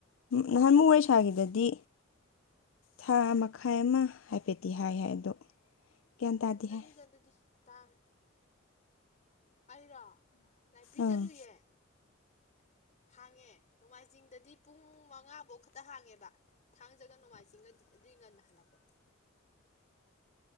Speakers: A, on the left; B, on the left.
A: ꯅꯍꯥꯟ ꯃꯨꯛ ꯑꯣꯏꯁꯥꯒꯤꯗꯗꯤ ꯊꯥ ꯃꯈꯥꯏ ꯑꯃ ꯍꯥꯏꯐꯦꯠꯇꯗꯤꯤ ꯍꯥꯏ ꯍꯥꯏ ꯑꯗꯣ ꯒ꯭ꯌꯥꯟ ꯇꯥꯗꯦ
B: ꯎꯟꯅꯅꯤ
A: ꯍꯥꯏ
B: ꯗꯗꯗꯤ ꯇꯥꯡ ꯑꯩꯔꯣ ꯂꯥꯏꯕꯔꯤ
A: ꯑꯪ
B: ꯆꯠꯂꯨꯌꯦ ꯍꯥꯡꯉꯦ ꯅꯣꯡꯃꯥꯏꯖꯤꯡꯗꯗꯤ ꯄꯨꯡ ꯃ ꯃꯉꯥꯐꯧ ꯈꯛꯇ ꯍꯥꯡꯉꯦꯕ ꯊꯥꯡꯖꯒ ꯅꯣꯡꯃꯥꯏꯖꯤꯡꯒꯗꯤ ꯑꯗꯨꯏ ꯉꯟꯅ ꯍꯜꯂꯛꯄ